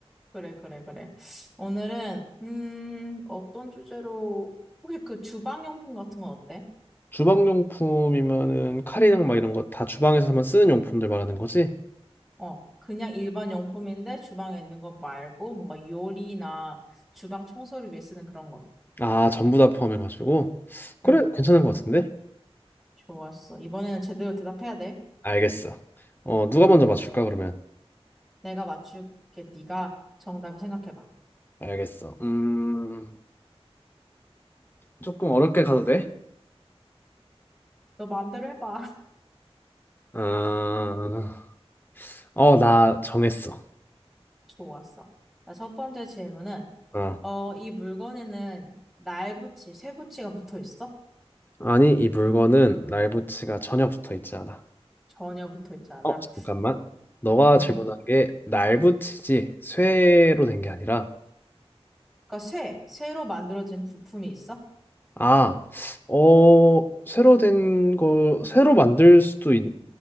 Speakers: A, in the centre; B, on the left.
A: 그래, 그래, 그래. 오늘은 음 어떤 주제로 혹시 그 주방용품 같은 건 어때?
B: 주방용품이면은 칼이랑 막 이런 거 다 주방에서만 쓰는 용품들 말하는 거지?
A: 어, 그냥 일반 용품인데 주방에 있는 거 말고 뭔가 요리나 주방 청소를 위해 쓰는 그런 거.
B: 아, 전부 다 포함해가지고. 그래,
A: 응,
B: 괜찮은 것 같은데?
A: 좋았어. 이번에는 제대로 대답해야 돼.
B: 알겠어. 어, 누가 먼저 맞출까, 그러면?
A: 내가 맞출게. 네가 정답을 생각해봐.
B: 알겠어. 음, 조금 어렵게 가도 돼?
A: 너 마음대로 해봐. <laughs>
B: 아, 어, 나 정했어.
A: 좋았어. 자, 첫 번째 질문은
B: 어.
A: 어, 이 물건에는 날붙이, 쇠붙이가 붙어 있어?
B: 아니, 이 물건은 날붙이가 전혀 붙어 있지 않아.
A: 전혀 붙어 있지 않아.
B: 어, 잠깐만.
A: 어,
B: 너가
A: 음?
B: 질문한 게 날붙이지 쇠로 된 게 아니라
A: 그러니까 쇠, 쇠로 만들어진 부품이 있어?
B: 아, 어, 쇠로 된 거, 쇠로 만들 수도 있,